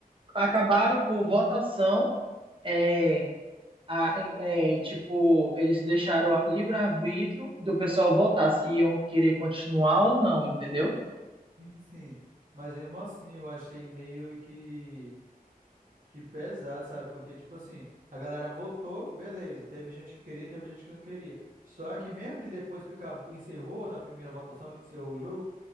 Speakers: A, on the right; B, on the right.
A: acabaram por votação, é, a- é, tipo, eles deixaram a- livre-arbítrio do pessoal votar se iam querer continuar ou não, entendeu?
B: sim. sim. Mas mesmo assim, eu achei meio que, que pesado, sabe? Porque, tipo assim, a galera votou, beleza. Teve gente que queria, teve gente que não queria. Só que mesmo que depois que acabou, encerrou na primeira votação, encerrou o jogo.